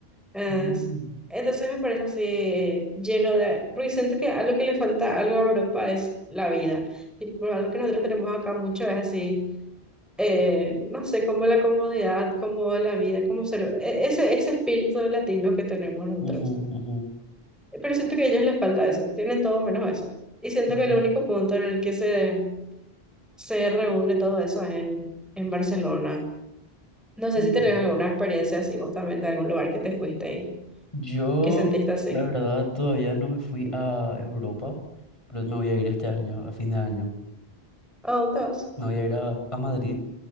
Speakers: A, in the centre; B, on the left.
A: ¿entendés?
B: mm,
A: Entonces, me parece así lleno de... Porque siento que algo que le falta algo a Europa es la vida. Tipo, algo que nosotros tenemos acá mucho es así, eh, no sé, como la comodidad, como la vida, como ser... e- Ese, ese espíritu latino que tenemos nosotros.
B: ujú, ujú.
A: Pero siento que a ellos les falta eso, tienen todo menos eso. Y siento
B: No,
A: que
B: no,
A: el único punto en el que se, se reúne todo eso es en, en Barcelona. No sé
B: no,
A: si tenés
B: no, no.
A: alguna experiencia así, vos también de algún lugar que te fuiste y
B: Yo,
A: que sentiste así.
B: la verdad, todavía no me fui a Europa, pero me voy a ir este año, a fin de año.
A: ¿A dónde vas?
B: Me voy a ir a, a Madrid